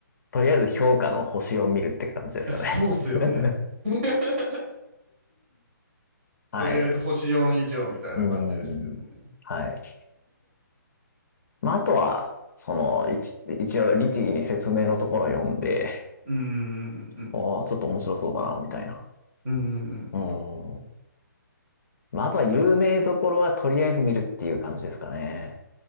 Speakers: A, on the left; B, on the right.
A: とりあえず評価の星を見るって感じですよね。
B: え、そうっすよね。
A: <laughs>
B: <laughs>
A: はい。
B: とりあえず星4以上みたいな感じですよね。
A: うーん。はい。まあ、あとは、その、一、一応、律儀に説明のところを読んで、
B: うーん、うん、
A: おーちょっと面白そうだな、みたいな。
B: うん、うん、
A: うーん。
B: うん
A: まあ、あとは有名どころはとりあえず見るっていう感じですかね。